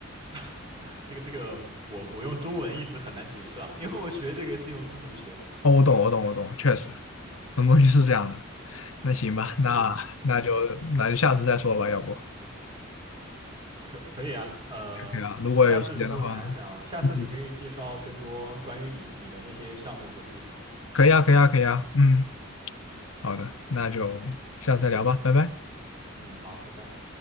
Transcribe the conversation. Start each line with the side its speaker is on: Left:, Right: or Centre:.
Right: <laughs> 这个这个，我我用中文一时很难解释啊，因为我学这个是用英文学的。
Left: 哦，我懂，我懂，我懂，确实，很多东西是这样的。那行吧，那那就那就下次再说吧，
Right: 是的，嗯，
Left: 要不。
Right: 可可以啊，呃，
Left: 可以啊，如果有时间的话，
Right: 下次如果你还想，下次你可以介绍更多关于你你的那些项目和技术。
Left: 嗯，可以啊，可以啊，可以啊，嗯，好的，那就下次再聊吧，拜拜。
Right: 嗯，好，拜拜。